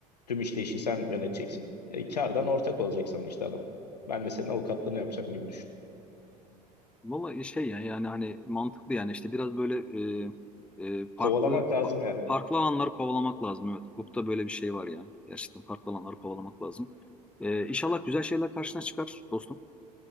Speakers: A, on the left (about 80°); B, in the centre.
A: Tüm işleyişi sen yöneteceksin. E, kardan ortak olacak sana işte adam. Ben de senin avukatlığını yapacağım gibi düşün.
B: Valla şey yani, yani hani mantıklı yani işte biraz böyle e, e, farklı
A: Kovalamak
B: fa-
A: lazım yani.
B: farklı alanları kovalamak lazım. Evet, hukukta böyle bir şey var ya. Gerçekten farklı alanları kovalamak lazım. E, inşallah güzel şeyler karşına çıkar dostum.